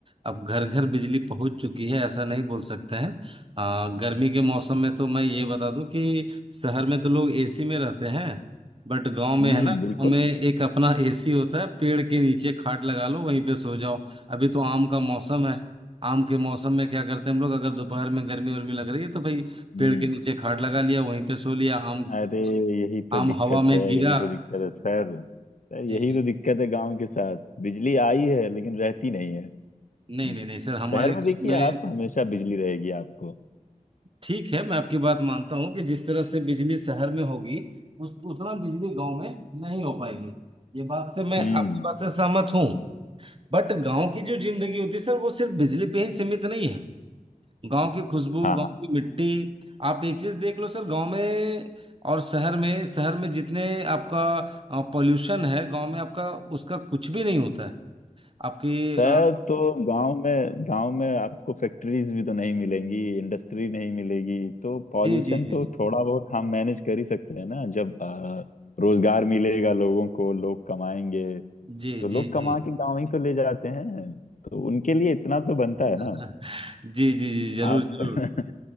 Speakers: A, on the right (about 40°); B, on the left (about 65°).
A: अब घर घर बिजली पहुंच चुकी है ऐसा नहीं बोल सकते हैं आ, गर्मी के मौसम में तो मैं ये बता दूं कि शहर में तो लोग एसी में रहते हैं बट गांव में
B: हम्म
A: है ना
B: बिल्कुल
A: गांव में एक अपना एसी होता है पेड़ के नीचे खाट लगा लो वहीं पे सो जाओ अभी तो आम का मौसम है आम के मौसम में क्या करते हैं हम लोग अगर दोपहर में गर्मी वर्मी लग रही है तो भाई
B: हम्म
A: पेड़ के नीचे खाट लगा लिया वहीं पे सो लिया आम
B: अरे यही तो
A: आम
B: दिक्कत
A: हवा में
B: है
A: गिरा
B: यही तो दिक्कत है सर सर यही
A: जी जी
B: तो दिक्कत है गांव के साथ बिजली आई है लेकिन रहती नहीं है हम्म,
A: नहीं नहीं नहीं सर हमारे
B: शहर में
A: गाँव
B: देखिए
A: में
B: आप हमेशा बिजली रहेगी आपको
A: ठीक है मैं आपकी बात मानता हूँ कि जिस तरह से बिजली शहर में होगी उस उतना बिजली गांव में नहीं हो पाएगी ये बात से मैं
B: हम्म
A: आपकी बात से सहमत हूँ बट गांव की जो जिंदगी होती है सर वो सिर्फ बिजली पे ही सीमित नहीं है गांव की खुशबू
B: हाँ
A: गांव की मिट्टी आप एक चीज देख लो सर गांव में और शहर में शहर में जितने आपका पॉल्यूशन है गांव में आपका उसका कुछ भी नहीं होता है आपकी
B: सर
A: अ,
B: तो गांव में गांव में आपको फैक्ट्रीज भी तो नहीं मिलेंगी इंडस्ट्री नहीं मिलेगी तो पॉल्यूशन
A: जी जी जी
B: तो थोड़ा बहुत हम मैनेज कर ही सकते हैं ना जब अ, रोजगार मिलेगा लोगों को लोग कमाएंगे
A: जी
B: तो लोग
A: जी
B: कमा
A: जी
B: के गांव ही तो ले जाते हैं तो उनके लिए इतना तो बनता है
A: <laughs>
B: ना
A: जी जी जी जरूर
B: आप
A: जरूर
B: <laughs>